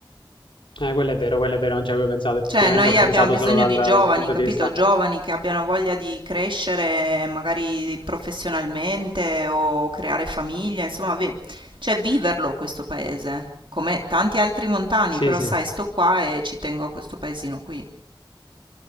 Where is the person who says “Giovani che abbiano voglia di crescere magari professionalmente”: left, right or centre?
Right